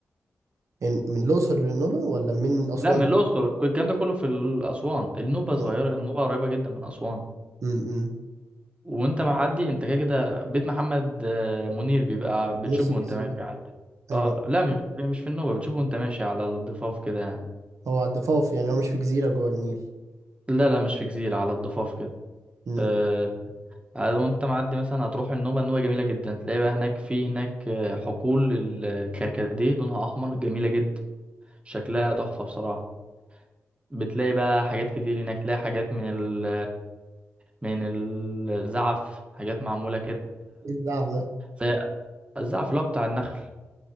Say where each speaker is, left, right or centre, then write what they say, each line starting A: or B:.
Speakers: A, on the right; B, on the right.
A: يعني من الاقصر للنوبه ولا من اسوان
B: لا من
A: للنوبه
B: الأقصر الكلام ده كله في ال- أسوان النوبة
A: اه
B: صغيرة النوبة قريبة جدا من أسوان
A: امم
B: وانت معدي انت كده كده بيت محمد آه، منير بيبقى بتشوفه
A: نفس الجزيرة
B: وانت ماشي عادي
A: ايوه
B: اه لا مش مش في النوبة بتشوفه وانت ماشي على الضفاف كده يعني
A: هو على الضفاف يعني هو مش في جزيرة جوه النيل
B: لا لا مش في جزيرة على الضفاف كده
A: امم
B: آه آه، وانت معدي مثلا هتروح النوبة النوبة جميلة جدا تلاقي بقى هناك في هناك آه، حقول الكركديه لونها أحمر جميلة جدا شكلها تحفة بصراحة بتلاقي بقى حاجات كتير هناك تلاقي حاجات من ال من الزعف حاجات معمولة كده
A: ايه الزعف ده
B: زي الزعف اللي هو بتاع النخل